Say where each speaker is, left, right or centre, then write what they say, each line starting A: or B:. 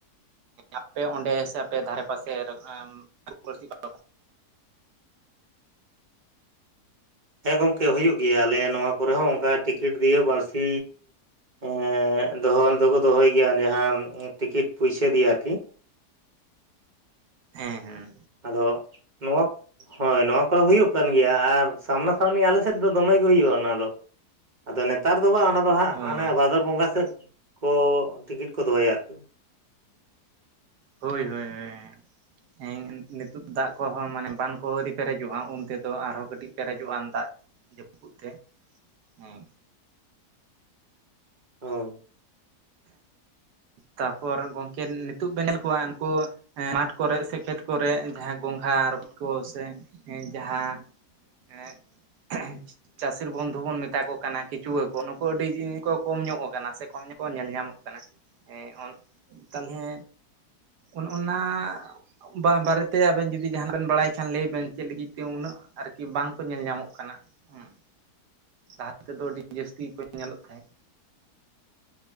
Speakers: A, on the right; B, on the right.
A: ᱟᱯᱮ ᱚᱸᱰᱮ ᱥᱮ ᱟᱯᱮ ᱫᱷᱟᱨᱮ ᱯᱟᱥᱮ ᱮᱸᱻ ᱦᱟᱹᱠᱩ ᱵᱟᱹᱲᱥᱤ ᱠᱚ <unintelligible>
B: ᱦᱮᱸ ᱜᱚᱝᱠᱮ ᱦᱩᱭᱩᱜ ᱜᱮᱭᱟ, ᱟᱞᱮ ᱱᱚᱣᱟ ᱠᱚᱨᱮ ᱦᱚᱸ ᱚᱝᱠᱟ ᱴᱤᱠᱤᱴ ᱫᱤᱭᱮ ᱵᱟᱬᱥᱤ ᱮᱸᱻᱜ, ᱫᱚᱦᱚ ᱫᱚᱠᱚ ᱫᱚᱦᱚᱭ ᱜᱮᱭᱟ ᱡᱟᱦᱟᱸ ᱴᱤᱠᱤᱴ ᱯᱩᱭᱥᱟᱹ ᱫᱤᱭᱮ ᱟᱨᱠᱤ᱾
A: ᱦᱮᱸ ᱦᱮᱸ᱾
B: ᱟᱫᱚ ᱱᱚᱣᱟ ᱦᱳᱭ, ᱱᱚᱣᱟ ᱠᱚᱫᱚ ᱦᱩᱭᱩᱜ ᱠᱟᱱ ᱜᱮᱭᱟ ᱟᱨ ᱥᱟᱢᱱᱟ ᱥᱟᱢᱱᱤ ᱟᱞᱮ ᱥᱮᱫ ᱫᱚ ᱫᱚᱢᱮ ᱜᱮ ᱦᱩᱭᱩᱜ-ᱟ ᱚᱱᱟ ᱫᱚ᱾ ᱟᱫᱚ ᱱᱮᱛᱟᱨ ᱫᱚ ᱵᱟ, ᱚᱱᱟ ᱫᱚ ᱦᱟᱸᱜ
A: ᱦᱳᱭ
B: ᱦᱟᱱᱮ ᱵᱷᱟᱫᱚᱨ ᱵᱚᱸᱜᱟ ᱥᱮᱫ ᱠᱚ ᱴᱤᱠᱤᱴ ᱠᱚ ᱫᱚᱦᱚᱭᱟ ᱟᱨᱠᱤ᱾
A: ᱦᱳᱭ ᱦᱳᱭ ᱦᱳᱭ ᱮᱸᱻ᱾ ᱦᱮᱸ ᱱᱤᱛᱳᱜ ᱫᱟᱜ ᱠᱚᱦᱚᱸ ᱢᱟᱱᱮ ᱵᱟᱱ ᱠᱚ ᱟᱹᱣᱨᱤ ᱯᱮᱨᱮᱡᱚᱜ-ᱟ ᱩᱱ ᱛᱮᱫᱚ ᱟᱨᱦᱚᱸ ᱠᱟᱹᱴᱤᱡ ᱯᱮᱨᱮᱡᱚᱜ-ᱟ ᱫᱟᱜ᱾ ᱡᱟᱹᱯᱩᱫ ᱛᱮ ᱦᱩᱸ᱾
B: ᱦᱚᱸ᱾
A: ᱛᱟᱯᱚᱨ ᱜᱚᱝᱠᱮ ᱱᱤᱛᱳᱜ ᱵᱮᱱ ᱧᱮᱞ ᱠᱚᱣᱟ ᱩᱝᱠᱩ ᱮᱸ, ᱢᱟᱴᱷ ᱠᱚᱨᱮᱜ ᱥᱮ ᱠᱷᱮᱛ ᱠᱚᱨᱮᱜ ᱡᱟᱦᱟᱸ ᱜᱚᱝᱜᱷᱟ, ᱨᱚᱠᱚᱡ ᱠᱚ ᱥᱮ ᱡᱟᱦᱟᱸ ᱮᱸᱜ ᱪᱟᱹᱥᱤᱨ ᱵᱚᱱᱫᱷᱩ ᱵᱚᱱ ᱢᱮᱛᱟ ᱠᱚ ᱠᱟᱱᱟ ᱠᱤᱪᱩᱣᱟᱹ ᱠᱚ ᱱᱩᱠᱩ ᱟᱹᱰᱤ ᱡᱤ ᱠᱚ ᱠᱚᱢ ᱧᱚᱜ ᱠᱟᱱᱟ ᱥᱮ ᱠᱚᱢ ᱧᱚᱜ ᱠᱚ ᱧᱮᱞ ᱧᱟᱢᱚᱜ ᱠᱟᱱᱟ, ᱮᱸ ᱚᱱ ᱛᱟᱞᱦᱮ ᱚᱱ-ᱚᱱᱟ ᱵᱟᱝ, ᱵᱟᱨᱮᱛᱮ ᱟᱵᱮᱱ ᱡᱩᱫᱤ ᱡᱟᱸᱦᱟᱱᱟᱜ ᱵᱮᱱ ᱵᱟᱲᱟᱭ ᱠᱷᱟᱱ ᱞᱟᱹᱭ ᱵᱮᱱ ᱪᱮᱫ ᱞᱟᱹᱜᱤᱫ ᱛᱮ ᱩᱱᱟᱹᱜ ᱟᱨᱠᱤ ᱵᱟᱝ ᱛᱚ ᱧᱮᱞ ᱧᱟᱢᱚᱜ ᱠᱟᱱᱟ, ᱦᱩᱸ᱾ ᱞᱟᱦᱟ ᱛᱮᱫᱚ ᱟᱹᱰᱤ ᱡᱟᱹᱥᱛᱤ ᱠᱚ ᱧᱮᱞᱚᱜ ᱛᱟᱦᱮᱸᱫ᱾